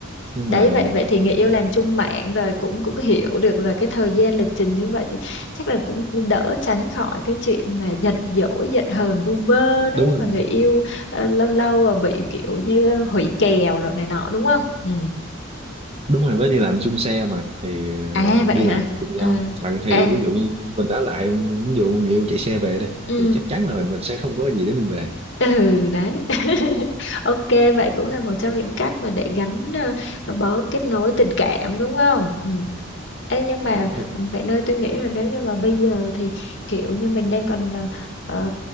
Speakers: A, on the right; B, on the left.
A: nhưng
B: đấy
A: mà
B: vậy vậy
A: thường-
B: thì người yêu làm chung mạng rồi cũng cũng hiểu được là cái thời gian lịch trình như vậy thì chắc là cũng đỡ tránh khỏi cái chuyện mà giận dỗi giận hờn vu vơ nếu
A: đúng
B: như
A: rồi
B: mà người yêu ờ, lâu lâu ờ, bị kiểu như hủy kèo rồi này nọ đúng không ừ
A: đúng rồi với đi làm chung xe mà thì ờ,
B: à vậy
A: đi
B: hả
A: làm cùng nhau
B: à
A: à, thì
B: à
A: ví dụ như mình đã lại ví dụ người yêu chạy xe về đây
B: ừ
A: thì chắc chắn là mình mình sẽ không có gì để mình về
B: Ừ đấy. <laughs> Ok vậy cũng là một trong những cách mà để gắn ờ, bó kết nối tình cảm đúng không? Ừ. Ê, nhưng mà
A: đúng
B: bạn ơi tôi nghĩ là nếu như mà bây giờ thì kiểu như mình đang còn ờ, ờ,